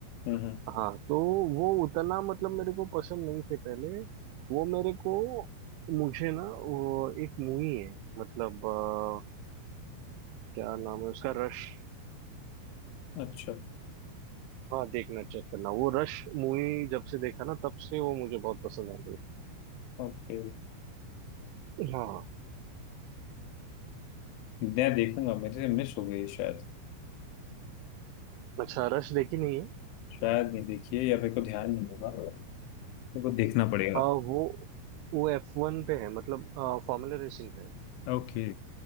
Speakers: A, on the left; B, on the right.
A: हम्म हम्म
B: हाँ तो वो उतना मतलब मेरे को पसंद नहीं थे पहले वो मेरे को मुझे ना वो एक मूवी है मतलब अ, क्या नाम है उसका रश
A: अच्छा
B: हाँ देखना चेक करना वो रश मूवी जब से देखा ना तब से वो मुझे बहुत पसंद आ
A: ओके
B: गया हाँ
A: मैं देखूंगा मेरे से मिस हो गई शायद
B: अच्छा रश देखी नहीं है
A: शायद नहीं देखी है या मेरे को ध्यान नहीं होगा मेरे को देखना पड़ेगा
B: आ, वो वो एफ वन पे है मतलब फॉर्मूला रेसिंग पे है
A: ओके